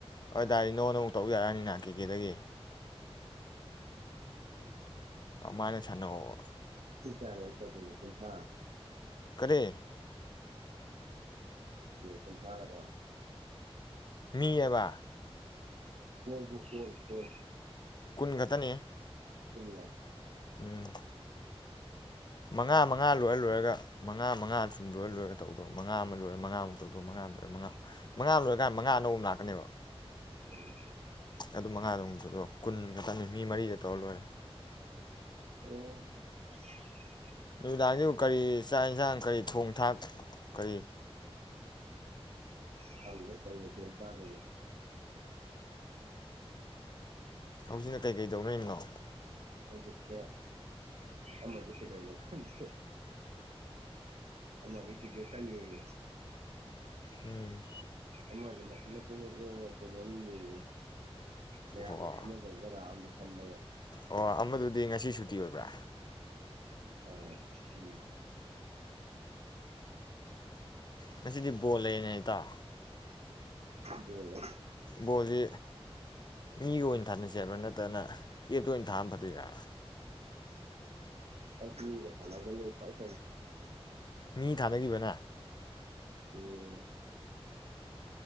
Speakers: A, on the left (about 45°); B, on the right (about 80°).
A: ꯑꯗꯣꯏ ꯇꯥꯔꯗꯤ ꯅꯪꯉꯣꯟꯗ ꯑꯃꯨꯛ ꯇꯧ ꯌꯥꯔꯅꯤꯅ ꯀꯦꯀꯦꯗꯒꯤ ꯑꯃꯥꯏꯅ ꯁꯥꯅꯧꯕ
B: <unintelligible> <unintelligible> ꯍꯥ <unintelligible> <unintelligible> ꯇꯧꯗꯣꯏꯁꯦ
A: ꯀꯔꯤ
B: ꯀꯨꯟꯊ꯭ꯔꯥꯔꯣ
A: ꯃꯤꯑꯕ
B: ꯀꯣꯜ ꯕꯨ ꯀꯣꯜ ꯀꯣꯜ
A: ꯀꯨꯟ ꯈꯛꯇꯅꯦ
B: ꯀꯨꯟꯂꯛ
A: ꯎꯝ ꯃꯉꯥ ꯃꯉꯥ ꯂꯣꯏꯔ ꯂꯣꯏꯔꯒ ꯃꯉꯥ ꯃꯉꯥ ꯁꯨꯝ ꯂꯣꯏꯔ ꯂꯣꯏꯔꯒ ꯇꯧꯗꯣ ꯃꯉꯥ ꯑꯃ ꯂꯣꯏꯔ ꯃꯉꯥꯃꯨꯛ ꯇꯧꯗꯣ ꯃꯉꯥ ꯑꯃ ꯂꯣꯔ ꯃꯉꯥꯃꯨꯛ ꯃꯉꯥ ꯑꯃ ꯂꯣꯏꯔꯀꯥꯟꯗ ꯃꯉꯥ ꯑꯅꯧꯕ ꯑꯃ ꯂꯥꯛꯀꯅꯦꯕ
B: ꯎꯝ
A: ꯑꯗꯨ ꯃꯉꯥꯗ ꯑꯃꯨꯛ <unintelligible> ꯀꯨꯟ ꯈꯛꯇꯅꯤ ꯃꯤ ꯃꯔꯤꯗ ꯇꯧꯔ ꯂꯣꯏꯔꯦ
B: ꯑꯣ
A: ꯅꯨꯃꯤꯗꯥꯡꯁꯤꯕꯨ ꯀꯔꯤ ꯆꯥꯛ ꯌꯦꯟꯁꯥꯡ ꯀꯔꯤ ꯊꯣꯡ ꯊꯥꯛ ꯀꯔꯤ
B: ꯈꯪꯗꯦ ꯀꯩ ꯃꯊꯦꯟ ꯆꯥꯗꯣꯏꯅꯣ
A: ꯍꯧꯖꯤꯛꯅ ꯀꯩꯀꯩ ꯇꯧꯅꯔꯤꯕꯅꯣ
B: ꯍꯧꯖꯤꯛꯁꯦ ꯑꯃꯗꯨ ꯀꯩꯗꯧꯔꯤꯅꯣ ꯈꯪꯗꯦ ꯑꯃꯗꯤ ꯀ꯭ꯔꯤꯀꯦꯠ ꯀꯟ ꯌꯦꯡꯉꯤ
A: ꯎꯝ
B: ꯑꯃꯁꯦ ꯃꯊꯟꯗ ꯄꯨꯡꯅꯣꯛ ꯅꯣꯛꯑꯒ ꯀꯩꯅꯣꯝ ꯌꯦꯡꯉꯤꯌꯦ ꯃꯌꯥꯝꯅ
A: ꯑꯣ
B: ꯑꯃꯊꯝꯃꯗ ꯔ ꯑꯃ ꯊꯝꯃꯒ
A: ꯑꯣ ꯑꯃꯗꯨꯗꯤ ꯉꯁꯤ ꯁꯨꯇꯤ ꯑꯣꯏꯕ꯭ꯔ
B: ꯑꯣ ꯎꯝ
A: ꯉꯁꯤꯗꯤ ꯕꯣꯜ ꯂꯩꯌ‌ꯦꯅ‌ꯦ ꯏꯇꯥꯎ
B: ꯕ‌ꯣꯜꯂ‌ꯣ
A: ꯕꯣꯜꯁꯤ ꯃꯤꯒ ꯑꯣꯏꯅ ꯊꯥꯅꯁꯦ ꯍꯥꯏꯕ꯭ꯔ ꯅꯠꯇꯅ ꯑꯦꯞꯇ ꯑꯣꯏꯅ ꯊꯥꯕꯅ ꯐꯗ‌ꯣꯏꯔ
B: ꯑꯣ ꯎꯝ ꯍꯜꯂꯛꯑꯒꯅ ꯏꯐ <inaudible>
A: ꯃꯤ ꯊꯥꯅꯈꯤꯕꯅꯦ
B: ꯎꯝ